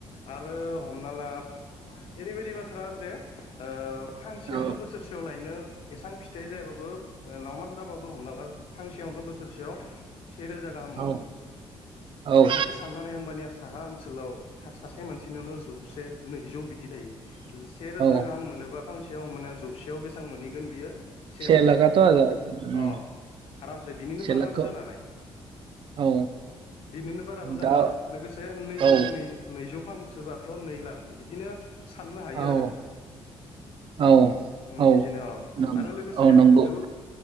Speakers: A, on the left; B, on the right.
A: आरो हमना ला ओरैबायदि बाथ्रा जे फांसेयावनो
B: औ
A: बोस सोरयाव लायनो एसां फिथाइ जायाबाबो। ओ नावमान जाबाबो हमना ला फांसेयावनो बोसोरसेयाव सेे रोजा गाहाम मोनोनो।
B: औ औ
A: बिदि साननानै होमबानिया साहा ओनसोलाव सा-सासे मानसिनयावनो जौसे नैजौ बिदि थायो। से रोजा
B: औ
A: गाहाम मोनोबा फांसेयाव ओमबानिया जौसेयाव बेस सां मोनहैगोन बियो से लाक
B: लाखाथ' आजा उम
A: अ आरामसे बिनिनो
B: से
A: बाराबो
B: लाखखौ
A: जानानै
B: औ
A: उम बिनिनो बार राबो जाना
B: दा
A: हानाय लोगोसे नैजौ
B: औ
A: नैजौ फांसोबाथ' नै लाख बिदिनो। साननो हायो
B: औ
A: आरो।
B: औ
A: उम
B: औ
A: बिदिनो अ
B: नों
A: आरो लोगोसे
B: औ नंगौ
A: आगोल